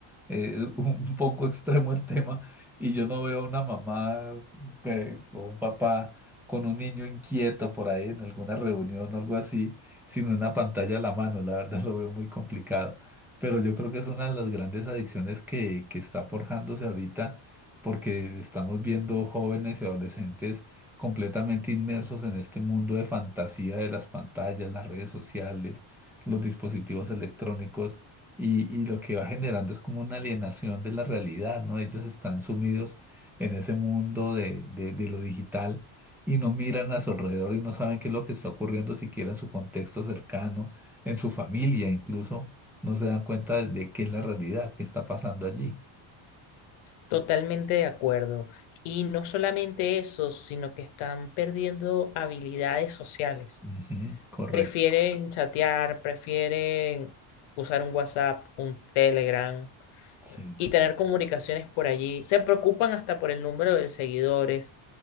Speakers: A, in the centre; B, on the left (about 75°).
A: eh, <laughs> un poco extremo el tema, y yo no veo una mamá que- o un papá con un niño inquieto por ahí en alguna reunión o algo así, sin una pantalla a la mano, la verdad lo veo muy complicado. Pero yo creo que es una de las grandes adicciones que, que está forjándose ahorita, porque estamos viendo jóvenes y adolescentes completamente inmersos en este mundo de fantasía de las pantallas, las redes sociales, los dispositivos electrónicos. Y, y lo que va generando es como una alienación de la realidad, ¿no? Ellos están sumidos en ese mundo de, de- de lo digital y no miran a su alrededor y no saben qué es lo que está ocurriendo siquiera en su contexto cercano, en su familia incluso, no se dan cuenta de, de qué es la realidad, qué está pasando allí.
B: Totalmente de acuerdo. Y no solamente eso, sino que están perdiendo habilidades sociales.
A: Ujú, correcto.
B: Prefieren chatear, prefieren usar un WhatsApp, un Telegram
A: Sí,
B: eh, y tener comunicaciones por allí. Se preocupan hasta por el número de seguidores